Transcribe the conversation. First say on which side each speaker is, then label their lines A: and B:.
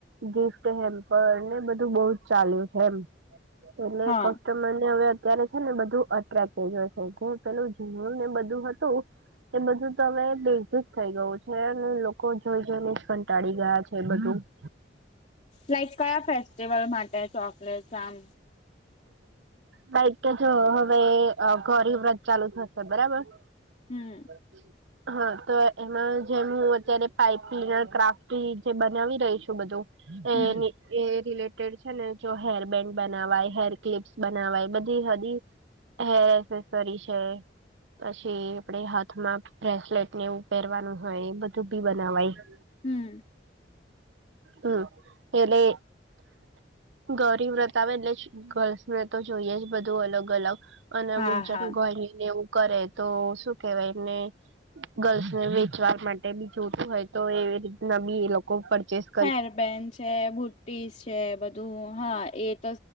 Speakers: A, on the right (about 80°); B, on the left (about 40°).
A: ગિફ્ટ હેમપર પણ ને બધું બહુ જ ચાલ્યું છે એમ
B: હા
A: એટલે તો મને હવે અત્યારે છે ને બધું <unintelligible> જે પેલું <unintelligible> બધું હતું એ બધું તો હવે બેઝ જ થઈ ગયું છે અને લોકો જોઈ જઈને કંટાળી ગયા છે બધું. <inaudible>
B: લાઈક કયા ફેસ્ટિવલ માટે ચોકલેટ આમ
A: લાઈક કે જો હવે ગોરી વ્રત ચાલુ થશે બરાબર <inaudible>
B: હમ
A: હા તો એમાં જે હું અત્યારે પાઈપ <unintelligible> ક્રાફ્ટ જે બનાવી રહી છું બધું
B: હમ
A: એ એ રિલેટેડ છે ને જો હેરબન્ડ બનાવાય હેર ક્લિપ્સ બનાવાય બધી <unintelligible> હેર એસેસરી છે. પછી આપડે હાથમાં બ્રેસલેટ ને એવું પહેરવાનું હોય બધું બી બનાવાય.
B: હમ્મ.
A: હમ એટલે ગોરી વ્રત આવે એટલે ગર્લ્સને તો જોઈએ જ બધું અલગ અલગ અને
B: હા
A: અમુક જન
B: હા
A: ગણીને એવું કરે તો શું કેવાય એમને ગર્લ્સ ને વેચવા માટે બી જોતું હોય તો એવી રીતના બી એ લોકો પરચેસ
B: હેર બેેન છે બુ્ટી છે બધું હા એ તો